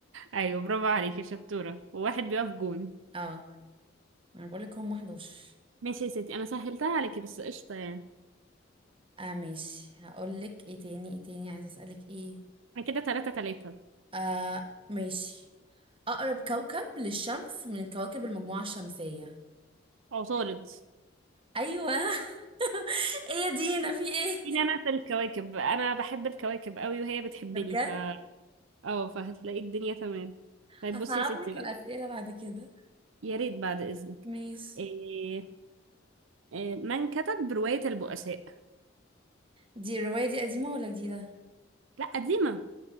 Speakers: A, on the right; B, on the right.
A: أيوة برافو عليكي شطورة وواحد بيقف جون
B: اه انا بقولك هم 11
A: ماشي يا ستي أنا سهلتها عليكي بس قشطة يعني
B: اه ماشي هقولك ايه تاني ايه تاني عايزة اسألك ايه
A: أنا كده تلاتة تلاتة
B: آه ماشي أقرب كوكب للشمس من كواكب المجموعة الشمسية
A: عطارد
B: أيوة <laughs> ايه يا دينا في ايه
A: مين أنا في الكواكب أنا بحب الكواكب قوي وهي
B: <laughs>
A: بتحبني
B: ده بجد
A: ف اه فهتلاقي الدنيا تمام طيب
B: هصعب
A: بصي يا ستي
B: لك
A: بقى
B: الأسئلة بعد كده
A: يا ريت بعد إذنك
B: ماشي
A: إيه إيه من كتب رواية البؤساء
B: دي الرواية دي قديمة ولا جديدة
A: لا قديمة